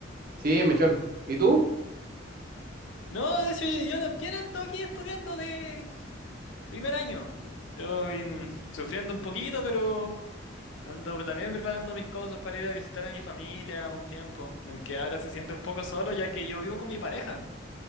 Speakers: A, on the right; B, on the left.
A: Sí, en Mechón. ¿Y tú?
B: No, de hecho, yo también ando aquí estudiando de primer año. Estoy mm, sufriendo un poquito, pero ando también preparando mis cosas para ir a visitar a mi familia un tiempo. Aunque ahora se siente un poco solo, ya que yo vivo con mi pareja.